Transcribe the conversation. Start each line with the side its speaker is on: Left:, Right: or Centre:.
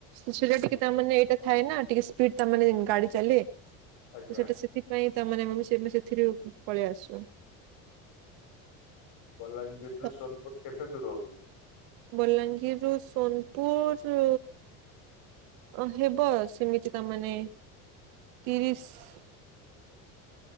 Right: ଶୁ ସିରେ ଟିକେ ତାମାନେେ ଏଇଟା ଥାଏ ନା ଟିକେ ସ୍ପିଡ ତାମାନେେ ଗାଡି ଚାଲେ ତ
Left: ଆଜ୍ଞା।
Right: ସେଟା ସେଟି ପାଇଁ ତାମାନେ ମୁ ସେ ମୁ ସେ ସେଥିରୁ ବି ପଳେଇ ଆସିବ।
Left: ବଲାଙ୍ଗୀରରୁ
Right: ତ
Left: ସୋନପୁର କେତେ ଦୂର ହୋଉଚି।
Right: ବଲାଙ୍ଗୀରରୁୁ ସୋନପୁର ଅ ହେବ ସେମିତି ତାମାନେେ ତିରିସି